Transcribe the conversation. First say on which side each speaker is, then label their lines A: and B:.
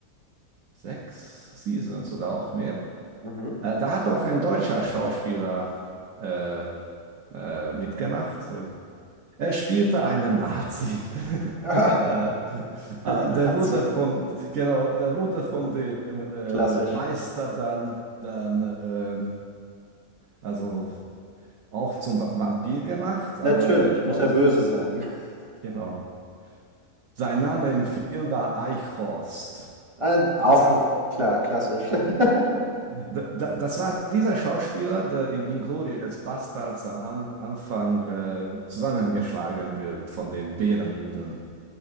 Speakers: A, on the right; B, on the right.
A: sechs Seasons oder auch mehr.
B: Mhm.
A: Äh, da hat auch ein deutscher Schauspieler äh, äh, mitgemacht. Er spielte einen Nazi. <laughs>
B: Ah,
A: äh, äh,
B: <laughs> Nazi,
A: der wurde von, genau, der wurde von dem äh,
B: klassisch.
A: Meister dann, dann äh, also auch zum Va- Vampir gemacht,
B: Natürlich,
A: aber er
B: muss
A: war,
B: er böse sein. <laughs>
A: genau. Sein Name im Film war Eichhorst.
B: Äh, auch
A: Das war,
B: 'ne klar, klassisch. <laughs>
A: da, da, das war dieser Schauspieler, der in Inglourious Bastards am An Anfang äh, zusammengeschlagen wird von den Bärenjuden.